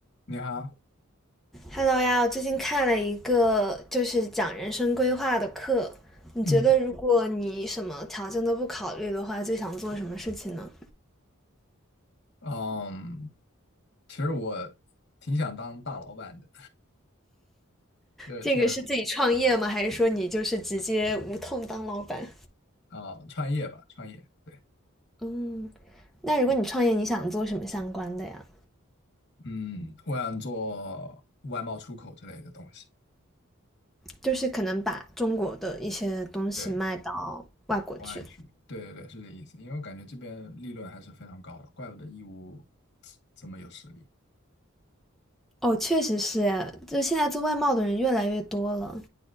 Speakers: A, on the left; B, in the centre.
A: 你好，
B: Hello 呀，我最近看了一个就是讲人生规划的课，你觉得如果你什么条件都不考虑的话，
A: 嗯
B: 最想做什么事情呢？
A: 嗯，其实我挺想当大老板的，对，
B: 这个是自己创业吗？
A: 这样
B: 还是说你就是直接无痛当老板？
A: 啊，创业吧，创业，对，
B: 嗯，那如果你创业，你想做什么相关的呀？
A: 嗯，我想做外贸出口之类的东西，
B: 就是可能把中国的一些东西卖到外国去。
A: 对，国外去，对对对，是这意思，因为我感觉这边利润还是非常高的，怪不得义乌 <tsk> 这么有实力。
B: 哦，确实是，就现在做外贸的人越来越多了。